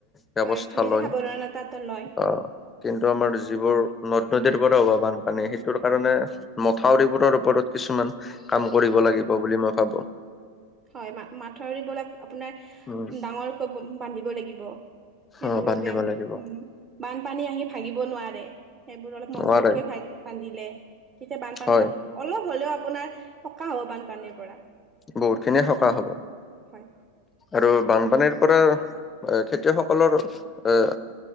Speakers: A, on the left (about 15°); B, on the right (about 25°).
A: ব্যৱস্থা
B: হয় নিজে
A: লয়
B: সাৱধানতা এটা লয়
A: আহ কিন্তু আমাৰ যিবোৰ নদ-নদীৰ পৰা হোৱা বানপানী তোৰ কাৰণে মথাউৰিবোৰৰ ওপৰত কিছুমান কাম কৰিব
B: হয়
A: লাগিব বুলি মই ভাবো।
B: হয় মা-মাথাউৰিবোৰক আপোনাৰ
A: উম
B: ডাঙৰকৈ বান্ধিব লাগিব। সেইবোৰ
A: অ বান্ধিব
B: যেন
A: লাগিব
B: উ বানপানী আহি ভাঙিব নোৱাৰে সেইবোৰ অলপ মজবুত
A: নোৱাৰে
B: কৰি বান্ধিলে তেতিয়া বানপানী
A: হয়
B: অলপ হ'লেও। আপোনাৰ সকাহ হ'ব বানপানীৰ। পৰা
A: বহুত খিনিয়ে সকাহ হ'ব
B: হয়
A: আৰু বানপানীৰ। পৰা খেতিয়কসকলৰ এ।